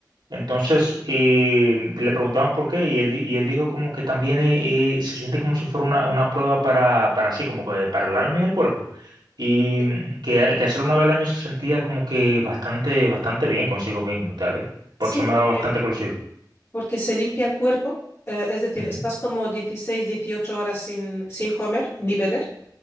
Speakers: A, on the right; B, on the left.
A: Entonces
B: Sí,
A: eh, le preguntamos por qué y él, di- y él dijo como que también eh, eh, se siente como si fuera una, una prueba para, para así, como que para el alma y el cuerpo. Y
B: sí.
A: mm, que, que hacerlo una vez al año se sentía como que bastante, bastante bien consigo mismo, y tal, ¿eh?
B: Sí,
A: Por eso
B: porque,
A: me daba bastante curiosidad.
B: porque se limpia el cuerpo, eh, es decir,
A: Ujú.
B: estás como 16, 18 horas sin, sin comer ni beber,